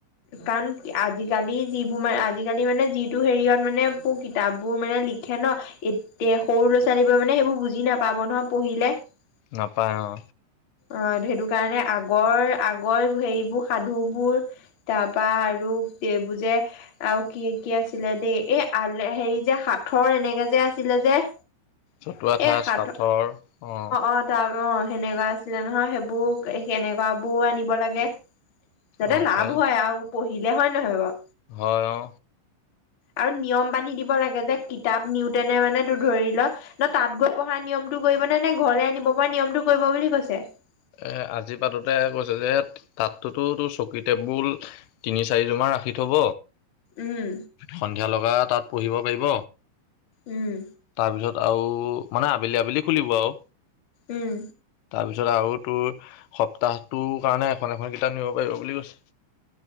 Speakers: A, on the left; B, on the left.
A: কাৰণ আজিকালি যিবোৰ মান আজিকালি মানে যিটো হেৰিয়ত মানে কিতাপবোৰ মানে লিখে ন এ সৰু ল'ৰা ছোৱালীবোৰে মানে সেইবোৰ বুজি নাপাব নহয় পঢ়িলে <unintelligible>
B: নাপায় অ
A: অ সেইটো কাৰণে আগৰ আগৰ হেইবোৰ সাধুবোৰ তাৰপা আৰু এইবোৰ যে আৰু কি কি আছিলে দেই এই আল হেৰি যে সাথৰ এনেকে যে আছিলে যে <unintelligible> <unintelligible>
B: চতুৱা ঠাঁ
A: এই সাঁথৰ
B: চথৰ অ <unintelligible>
A: অ', তাৰ অ সেনেকুৱা আছিলে নহয় সেইবোৰ কেনেকুৱাবোৰ আনিব লাগে যাতে
B: অ
A: লাভ
B: পায়
A: হয় পঢ়িলে হয় নহয় বাৰু
B: হয় অ
A: আৰু নিয়ম বান্ধি দিব লাগে যে কিতাপ নিওতেনে মানে তোৰ ধৰি ল ন তাত গৈ পঢ়া নিয়মটো কৰিব নে নে ঘৰলে আনিব পৰা নিয়মটো কৰিব বুলি কৈছে <unintelligible>
B: এ আজি পাতোতে কৈছে যে তাতটো তোৰ চকী টেবুল তিনি চাৰিযোমান ৰাখি থব
A: উম,
B: সন্ধিয়া লগা তাত পঢ়িব পাৰিব
A: উম,
B: তাৰপিছত আৰু মানে আবেলি আবেলি খুলিব আৰু
A: উম।
B: তাৰপিছত আৰু ত সপ্তাহটোৰ কাৰণে এখন এখন কিতাপ নিব পাৰিব বুলি কৈছে